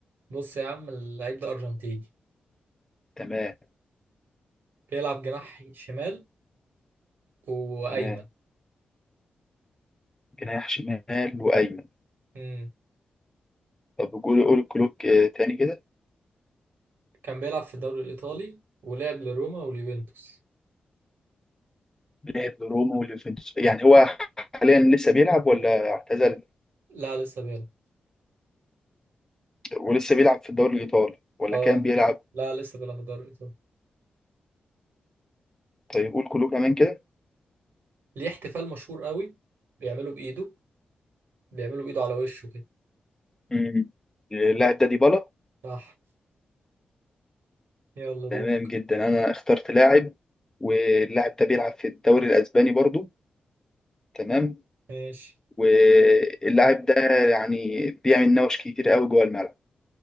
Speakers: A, on the right (about 80°); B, on the left (about 15°).
A: بص يا عم اللعيب ده ارجنتيني
B: تمام
A: بيلعب جناح شمال وايمن
B: تمام جناح شمال وأيمن
A: امم
B: طب قول قول كلوك آه، تاني كده
A: كان بيلعب في الدوري الايطالي ولعب لروما واليوفنتوس
B: لعب لروما واليوفنتوس يعني هو حاليا لسه بيلعب ولا اعتزل
A: لا لسه بيلعب
B: ولسه بيلعب في الدوري الإيطالي ولا
A: اه
B: كان بيلعب
A: لا لسه بيلعب في الدوري الايطالي
B: طيب قول كلوك كمان كده
A: ليه احتفال مشهور قوي بيعمله بايده بيعمله بايده على وشه كده
B: مم. اللاعب ده ديبالا
A: صح يلا دورك
B: تمام جدا أنا اخترت لاعب واللاعب ده بيلعب في الدوري الأسباني برضو تمام
A: ماشي
B: واللاعب ده يعني بيعمل نوش كتير قوي جوه الملعب